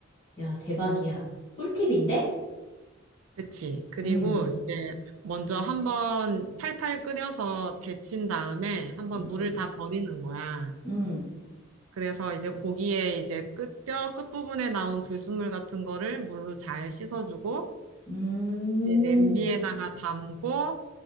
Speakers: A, on the left; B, on the right.
A: 야, 대박이야.
B: 음,
A: 꿀팁인데?
B: 그치. 그리고
A: 응.
B: 이제 먼저 한번 팔팔 끓여서 데친 다음에 한번
A: 음,
B: 물을 다 버리는 거야.
A: 음,
B: 그래서 이제 고기에 이제 끝, 뼈 끝부분에 나온 불순물 같은 거를 물로 잘 씻어주고,
A: 음,
B: 이제 냄비에다가 음, 담고,